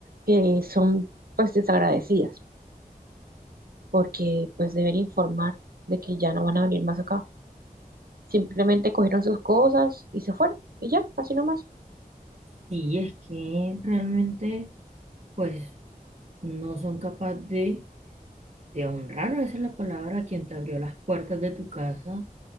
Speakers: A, on the right; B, on the right.
A: que son pues desagradecidas, porque pues deben informar de que ya no van a venir más acá. Simplemente cogieron sus cosas y se fueron, y ya, así nomás.
B: Sí es que realmente, pues, no son capaces de, de honrar, esa es la palabra, a quien te abrió las puertas de tu casa,